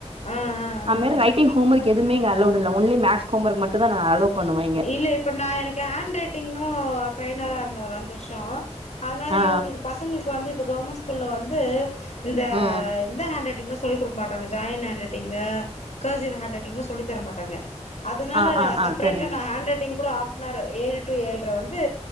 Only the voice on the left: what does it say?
ஆ ஆ
ஆ
இல்ல இப்போ நா எனக்கு ஹேண்ட் ரைட்டிங்கும் ட்ரெய்னராக இருந்த ஒரு அஞ்சு வருஷோ அதனாலயு
இவங்களுக்கு பசங்களுக்கு வந்து இப்ப கவர்மெண்ட் ஸ்கூல்ல வந்து இந்த
இந்த ஹாண்ட் சொல்லி கொடுக்க மாட்டாங்க join hand writing cursive hand writing சொல்லித்தர மாட்டாங்க அதனால
ர
சப்ரேட்
ஹேண்ட் ரைட்டிங் கூட ஹாஃப்னாரு ஏழு டூ ஏல்ட்ர வந்து